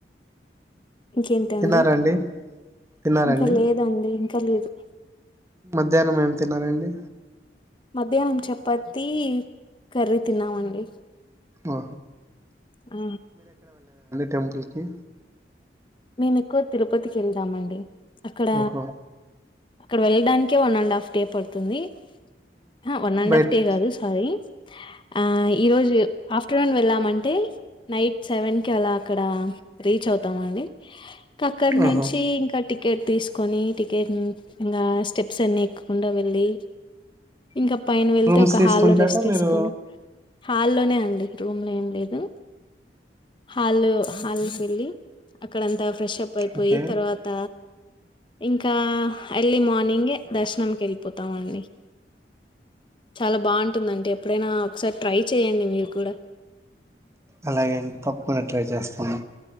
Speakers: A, on the left; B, on the right.
A: ఇంకేంటండి
B: తిన్నారండి తిన్నారండి
A: ఇంకా లేదండి ఇంకా లేదు
B: మధ్యాహ్నం ఏం తిన్నారండి
A: మధ్యాహ్నం చపాతి కర్రీ తిన్నామండి
B: ఓ
A: ఆ
B: టెంపుల్కి
A: మేము ఎక్కువ తిరుపతికి వెళ్దామండి అక్కడ
B: ఓహో
A: అక్కడ వెళ్ళడానికే వన్ అండ్ హాఫ్ డే పడుతుంది ఆ వన్ అండ్
B: బయట్
A: హాఫ్ డే కాదు సారీ ఆ ఈరోజు ఆఫ్టర్నూన్ వెళ్ళ అంటే నైట్ సెవెన్ కి అలా అక్కడ రీచ్ అవుతాం అండి అక్కడ
B: ఆహా
A: నుంచి ఇంకటి టికెట్ తీసుకొని టికెట్ ఇంగా స్టెప్స్ అన్ని ఎక్కకుండా వెళ్ళి ఇంకా పైన వెళ్తే
B: రూమ్స్
A: ఒక
B: తీసుకుంటారా
A: హాల్లో రెస్ట్ తీసుకొని
B: మీరు
A: హాల్లోనే అండి రూమ్లో ఏం లేదు హాల్ హాల్కి వెళ్ళి అక్కడంతా ఫ్రెష్ అప్ అయిపోయి
B: ఓకే
A: తర్వాత ఇంకా ఎర్లీ మార్నింగే దర్శనంకి వెళ్ళిపోతాం అండి చాలా బాగుంటుందంటే ఎప్పుడైనా ఒకసారి ట్రై చెయ్యండి మీరు కూడా
B: అలాగే అన్ తప్పకుండా ట్రై చేస్తను